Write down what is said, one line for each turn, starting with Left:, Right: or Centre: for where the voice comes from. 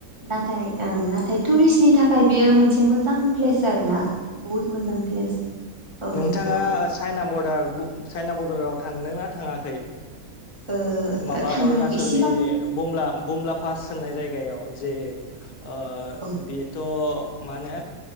Right: नाथाय ओं नाथाय टुरिस्टनि थाखाय बेयो मोनसे मोजां प्लेस आरो ना। बहुद मोजां प्लेस औ
Left: नोंथाङा
Right: बेयाव
Left: चाइना बरडार चाइना बरडाराव थांदों ना थाङाखै?
Right: ओ
Left: माबा
Right: थां
Left: अरुणाचलनि
Right: इसिबां
Left: बमला बमला पास होननाय जायगायाव जे ओ
Right: औ
Left: बि थ' मा होनो